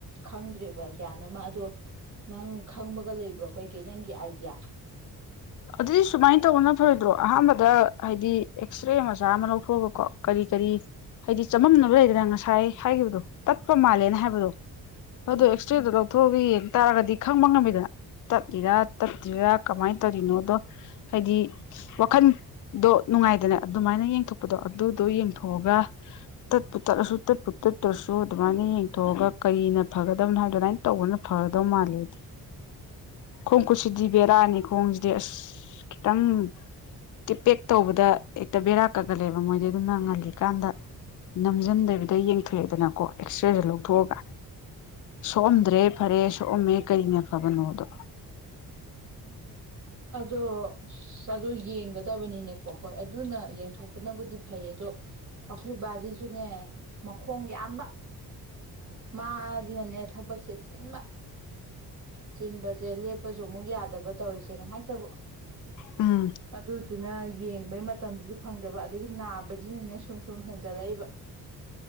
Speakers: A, on the right; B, on the left.
A: ꯈꯪꯗ꯭ꯔꯦꯕ ꯒ꯭ꯌꯥꯟ ꯑꯃ ꯑꯗꯣ ꯅꯪ ꯈꯪꯕꯒ ꯂꯩꯕ꯭ꯔꯣ ꯀꯩꯀꯩ ꯅꯪꯒꯤ ꯑꯥꯏꯗꯤꯌꯥ
B: ꯑꯗꯨꯗꯤ ꯁꯨꯃꯥꯏꯅ ꯇꯧꯕꯅ ꯐꯔꯣꯏꯗ꯭ꯔꯣ ꯑꯍꯥꯟꯕꯗ ꯍꯥꯏꯗꯤ ꯑꯦꯛꯁꯔꯦ ꯃꯆꯥ ꯑꯃ ꯂꯧꯊꯣꯛꯑꯒꯀꯣ ꯀꯔꯤ ꯀꯔꯤ ꯍꯥꯏꯗꯤ ꯆꯃꯝꯅꯕ ꯂꯩꯗꯅ ꯉꯁꯥꯏ ꯍꯥꯏꯈꯤꯕꯗꯣ ꯇꯠꯄ ꯃꯥꯜꯂꯦꯅ ꯍꯥꯏꯕꯗꯣ
A: ꯎꯝ
B: ꯑꯗꯨꯣ ꯑꯦꯛꯁꯔꯦꯗꯣ ꯂꯧꯊꯣꯛꯑꯒ ꯌꯦꯡ ꯇꯥꯔꯒꯗꯤ ꯈꯪꯕ ꯉꯝꯃꯤꯗ ꯇꯠꯂꯤꯔꯥ ꯇꯠꯇ꯭ꯔꯤꯔꯥ ꯀꯃꯥꯏꯅ ꯇꯧꯔꯤꯅꯣ ꯗꯣ ꯍꯥꯏꯗꯤ ꯋꯥꯈꯟꯗꯣ ꯅꯨꯡꯉꯥꯏꯗꯅ ꯑꯗꯨꯃꯥꯏꯅ ꯌꯦꯡꯊꯣꯛꯄꯗꯣ ꯑꯗꯨ ꯑꯗꯨꯣ ꯌꯦꯡꯊꯣꯛꯑꯒ ꯇꯠꯄꯨ ꯇꯠꯂꯁꯨ ꯇꯠꯄꯨ ꯇꯠꯇ꯭ꯔꯁꯨ ꯑꯗꯨꯃꯥꯏꯅ ꯌꯦꯡꯊꯣꯛꯑꯒ ꯀꯔꯤꯅ ꯐꯒꯗꯕꯅ ꯍꯥꯏꯕ ꯑꯗꯨꯃꯥꯏꯅ ꯇꯧꯕꯅ ꯐꯒꯗꯧ ꯃꯥꯜꯂꯦꯗꯤ ꯈꯣꯡ ꯈꯨꯠꯁꯤꯗꯤ ꯕꯦꯔꯥꯅꯤ ꯈꯣꯡꯁꯤꯗꯤ ꯑꯁ ꯈꯤꯇꯪ ꯇꯤꯄꯦꯛ ꯇꯧꯕꯗ ꯍꯦꯛꯇ ꯕꯦꯔꯥ ꯀꯛꯀꯠꯂꯦꯕ ꯃꯣꯏꯗꯤ ꯑꯗꯨꯝꯅ ꯉꯜꯂꯤꯀꯥꯟꯗ ꯅꯝꯁꯤꯟꯗꯕꯤꯗ ꯌꯦꯡꯊꯣꯛꯑꯦꯗꯅꯀꯣ ꯑꯦꯛꯁꯔꯦꯁꯨ ꯂꯧꯊꯣꯛꯑꯒ ꯁꯣꯛꯑꯝꯗ꯭ꯔꯦ ꯐꯔꯦ ꯁꯣꯛꯑꯝꯃꯦ ꯀꯔꯤꯅꯦ ꯐꯕꯅꯣꯗꯣ
A: ꯑꯗꯣ ꯑꯣ ꯌꯦꯡꯒꯗꯕꯅꯤꯅꯦꯀꯣ ꯍꯣꯏ ꯑꯗꯨꯅ ꯌꯦꯡꯊꯣꯛꯄꯅꯕꯨꯗꯤ ꯐꯩ ꯑꯗꯣ ꯑꯩꯈꯣꯏ ꯕꯥꯁꯤꯁꯨꯅꯦ ꯃꯈꯣꯡ ꯌꯥꯝꯕ ꯃꯥꯁꯤꯅꯅꯦ ꯊꯕꯛꯁꯦ ꯆꯤꯟꯕ ꯆꯤꯟꯕꯁꯦ ꯂꯦꯞꯄꯁꯨ ꯑꯃꯨꯛ ꯌꯥꯗꯕ ꯇꯧꯔꯤꯁꯦ ꯉꯥꯏꯍꯛꯇꯕꯨ
B: ꯎꯝ
A: ꯑꯗꯨꯗꯨꯅ ꯌꯦꯡꯕꯩ ꯃꯇꯝꯁꯤꯒꯤ ꯐꯪꯗꯕ ꯑꯗꯒꯤ ꯅꯥꯕꯁꯤꯅꯅꯦ ꯁꯨꯝ ꯁꯨꯝ ꯍꯦꯟꯖꯂꯛꯏꯕ